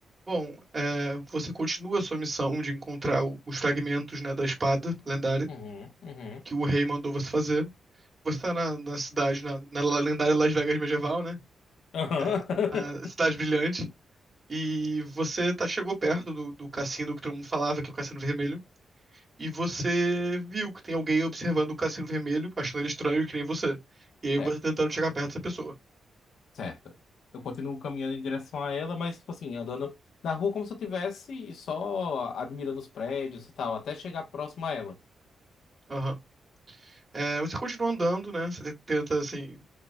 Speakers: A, on the right (about 30°); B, on the left (about 80°).
A: Bom, é, você continua a sua missão de encontrar o- os fragmentos, né, da espada lendária
B: Uhum, uhum.
A: que o rei mandou você fazer. Você está na, na cidade, na, na lendária Las Vegas medieval, né?
B: Aham.
A: É, a
B: <laughs>
A: cidade brilhante. E você tá, chegou perto do, do cassino que todo mundo falava, que é o Cassino Vermelho. E você viu que tem alguém observando o Cassino Vermelho, achando ele estranho, que nem você. E aí
B: É,
A: você tá tentando chegar perto dessa pessoa.
B: certo. Eu continuo caminhando em direção a ela, mas, tipo assim, andando na rua como se eu tivesse só admirando os prédios e tal, até chegar próximo a ela.
A: Aham. É, você continua andando, né? Você tenta, assim,